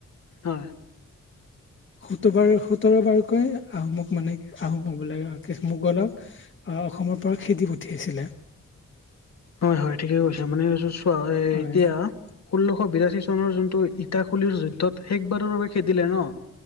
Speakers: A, on the left (about 60°); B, on the left (about 40°).
A: হয়।
B: সোতবাৰ-সোতৰবাৰকৈ আহোমক মানে, <unintelligible> মোগলক আহ, অসমৰ পৰা খেদি পঠিয়াইছিলে।
A: হয়, হয়, ঠিকে কৈছে, মানে চোৱা এতিয়া
B: হয়
A: ষোল্লশ বিৰাশী চনৰ যোনটো ইটা খুলীৰ যুদ্ধত শেষবাৰৰ বাবে খেদিলে ন